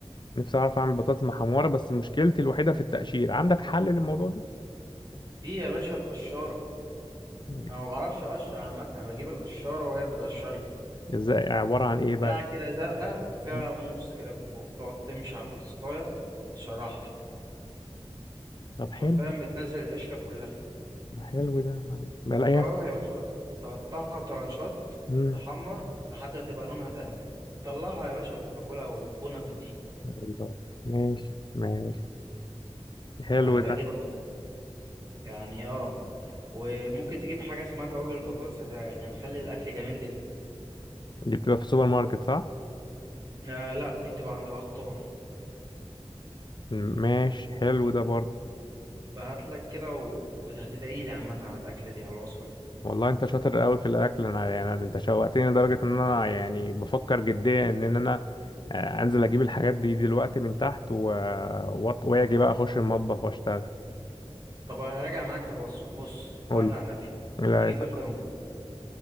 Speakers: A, on the left (about 45°); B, on the right (about 40°).
A: نفسي اعرف اعمل بطاطس محمره بس مشكلتي الوحيده في التقشير عندك حل للموضوع ده
B: دي يا باشا القشاره
A: مم.
B: انا ما بعرفش اقشر عامه انا بجيب القشاره وهي بتقشر لي
A: ازاي عباره عن ايه
B: بتاعه
A: بقى
B: كده زرقاء فيها
A: مم.
B: موس كده من فوق تقعد تمشي على البطاطسايه تشرحها
A: طب
B: حرفيا
A: حلو
B: بتنزل القشره كلها
A: ده حلو ده بلاقيها
B: اه
A: في
B: يا باشا تقطعها طرنشات
A: مم.
B: تحمر لحد ما تبقى لونها ذهبي طلعها يا باشا وتاكلها وبون ابيتي
A: الله. ماشي ماشي حلو
B: هتعجبك
A: ده
B: يعني اه وممكن تجيب حاجة اسمها توابل البطاطس هت... يعني هتخلي الأكل جميل جدا
A: دي بتبقى في السوبر ماركت صح
B: لا لا دي بتبقى عند العطار
A: مم. ماشي حلو ده برضه
B: يبقى هاتلك كده و... وهتدعي لي عامة على الأكلة دي على الوصفة دي
A: والله انت شاطر قوي في الاكل انا يعني انت شوقتني لدرجه ان انا يعني بفكر جديا ان انا آه، انزل اجيب الحاجات دي دلوقتي من تحت و... وأط- واجي بقى اخش المطبخ واشتغل
B: طب هراجع معاك الوصفة بص
A: قول
B: صلي على النبي
A: لي لا
B: هجيب
A: يا سلام.
B: جبنة رومي